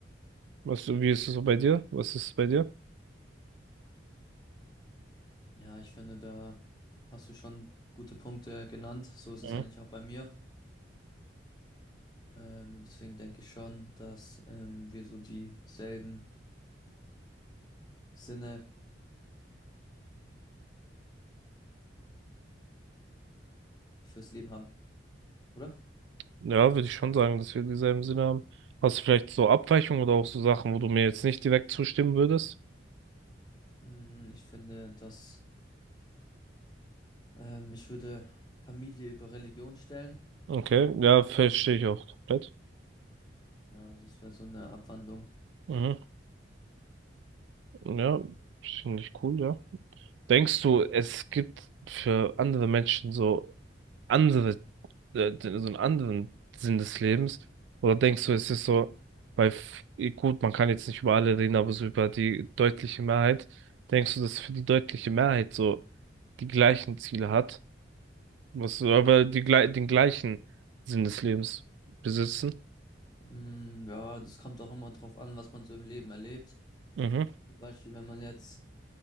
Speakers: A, on the right (about 70°); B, on the left (about 20°).
A: Was, wie ist es so bei dir? Was ist es bei dir?
B: Ja, ich finde, da hast du schon gute Punkte genannt. So ist es
A: Mhm.
B: eigentlich auch bei mir. Ähm, und deswegen denke ich schon, dass ähm, wir so dieselben Sinne fürs Leben haben, oder?
A: Ja, würde ich schon sagen, dass wir dieselben Sinne haben. Hast du vielleicht so Abweichungen oder auch so Sachen, wo du mir jetzt nicht direkt zustimmen würdest?
B: Mm, Ich finde, dass Ähm, ich würde Familie über Religion stellen.
A: Okay, ja, verstehe ich auch komplett.
B: Ja, das wäre so eine Abwandlung.
A: Mhm. Ja, finde ich cool, ja. Denkst du, es gibt für andere Menschen so andere, äh, so einen anderen Sinn des Lebens? Oder denkst du, es ist so, bei, f- gut, man kann jetzt nicht über alle reden, aber so über die deutliche Mehrheit, denkst du, dass für die deutliche Mehrheit so die gleichen Ziele hat? Was, so, aber die, glei- den gleichen Sinn des Lebens besitzen?
B: Mm, ja, das kommt auch immer drauf an, was man so im Leben erlebt.
A: Mhm,
B: Zum Beispiel, wenn man jetzt